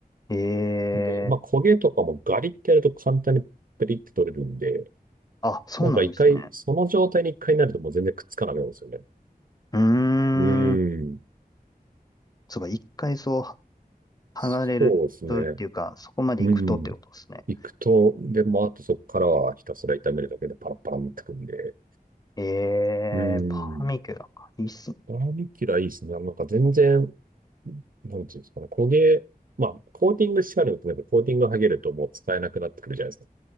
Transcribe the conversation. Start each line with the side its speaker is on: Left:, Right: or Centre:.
Left: ええ、
Right: で、まあ焦げとかもガリってやると簡単にペリって取れるんで、
Left: あ、そうなんですね。
Right: なんか一回、その状態に一回になるともう全然くっつかなくなるんですよね。
Left: うー
Right: うーん、
Left: ん。そうか、一回そう、
Right: そうですね。
Left: 剥がれるとっていうか、そこまで行くとってことですね。
Right: うん。行くと、で、もあとそこからはひたすら炒めるだけでパラパラになってくんで、
Left: え
Right: うん。
Left: えパーミキュラか。いいっすね。
Right: バーミキュラいいですね。なんか全然、なんていうんですかね、焦げ、まあ、コーティングしてあるのと、なんかコーティング剥げるともう使えなくなってくるじゃないですか。